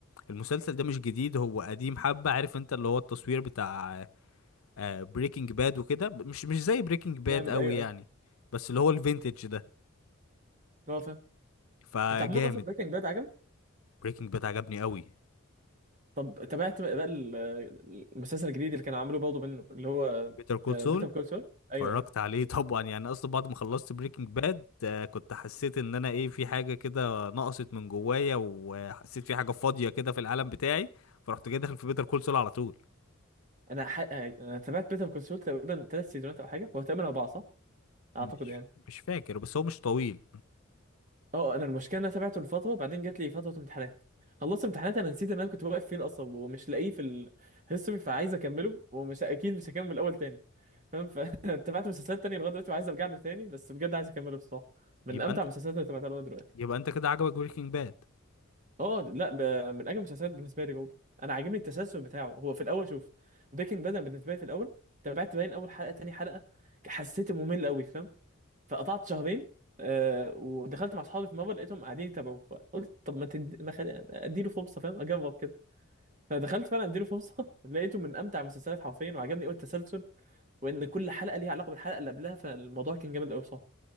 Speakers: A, on the left (about 80°); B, on the right (about 35°).
A: المسلسل ده مش جديد هو قديم حبة عارف انت اللي هو التصوير بتاع بريكنج باد وكده ب- مش مش زي بريكنج باد
B: جامد
A: قوي
B: ايوه
A: يعني
B: ايوه
A: بس اللي هو الفينتج ده
B: هو فاهم
A: فجامد
B: انت عموما اصلا بريكنج باد عجبك
A: بريكنج باد عجبني قوي
B: طب تابعت بقى ال- المسلسل الجديد اللي كانوا عاملوه برضه منه اللي هو
A: بيتر كول
B: بيتر
A: سول
B: كول سول
A: اتفرجت
B: ايوه ايوه
A: عليه <laughs> طبعا يعني اصلا بعد ما خلصت بريكنج باد كنت حسيت ان انا ايه في حاجه كده نقصت من جوايا وحسيت في حاجه فاضيه كده في العالم بتاعي فرحت جاي داخل في بيتر كول سول على طول
B: انا ح... آه، انا تابعت بيتر كول سول تقريبا ثلاث سيزونات او حاجه هو تقريبا اربعه صح اعتقد
A: مش
B: يعني
A: مش فاكر بس هو مش طويل
B: اه انا المشكله إن انا تابعته لفتره بعدين جات لي فتره امتحانات خلصت امتحانات انا نسيت ان انا كنت واقف فين اصلا ومش لاقيه في الهيستوري فعايز اكمله ومش اكيد مش هكمل الاول تاني فاهم فتابعت <laughs> مسلسلات تانية لغايه دلوقتي وعايز ارجع له تاني بس بجد عايز اكمله بصراحه من
A: يبقى
B: امتع
A: انت
B: المسلسلات اللي تابعتها لغايه دلوقتي
A: يبقى انت كده عجبك بريكنج باد
B: اه لا ده من اجمل المسلسلات بالنسبه لي برضه انا عاجبني التسلسل بتاعه هو في الاول شوف بريكنج باد أنا بالنسبه لي في الاول تابعت باين اول حلقه تاني حلقه حسيت ممل قوي فاهم فقطعت شهرين آه ودخلت مع اصحابي في مره لقيتهم قاعدين يتابعوا فقلت طب ما تدي ما خلي... اديله فرصه فاهم اجرب كده فدخلت فعلا اديله فرصه <laughs> لقيته من امتع المسلسلات حرفيا وعجبني قوي التسلسل وان كل حلقه ليها علاقه بالحلقه اللي قبلها فالموضوع كان جامد قوي صح